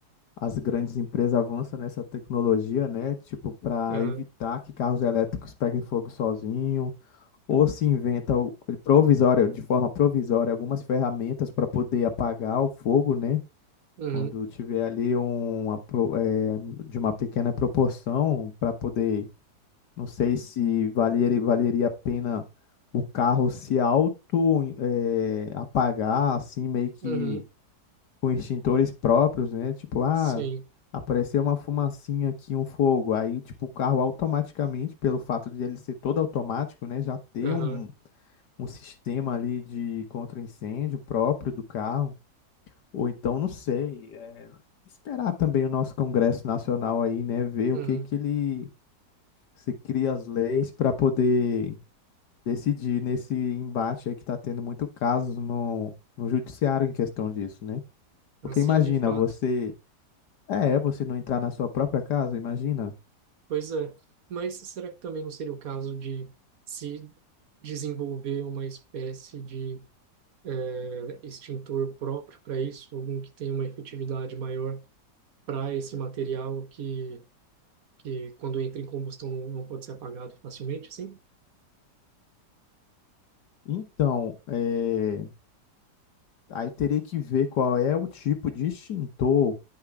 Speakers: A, on the left (about 75°); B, on the right (about 60°).
A: as grandes empresas avançam nessa tecnologia, né, tipo, para
B: aham,
A: evitar que carros elétricos peguem fogo sozinho ou se inventa o- provisória, de forma provisória, algumas ferramentas para poder apagar o fogo, né?
B: uhum,
A: Quando tiver ali uma, pro- eh, de uma pequena proporção para poder, não sei se valeria, valeria a pena o carro se auto eh, apagar, assim, meio que
B: uhum,
A: com extintores próprios, né? Tipo, ah,
B: sim,
A: apareceu uma fumacinha aqui, um fogo. Aí, tipo, o carro automaticamente, pelo fato de ele ser todo automático, né? Já ter
B: aham,
A: um um sistema ali de contra-incêndio próprio do carro, ou então, não sei, é, esperar também o nosso Congresso Nacional aí, né, ver
B: uhum,
A: o que que ele se cria as leis para poder decidir nesse embate aí que está tendo muito casos no, no judiciário em questão disso, né?
B: assim,
A: Porque imagina
B: de fato.
A: você, é, é, você não entrar na sua própria casa, imagina.
B: Pois é, mas será que também não seria o caso de se desenvolver uma espécie de eh, extintor próprio para isso, algum que tenha uma efetividade maior para esse material que, que quando entra em combustão não, não pode ser apagado facilmente, assim?
A: Então, é, aí teria que ver qual é o tipo de extintor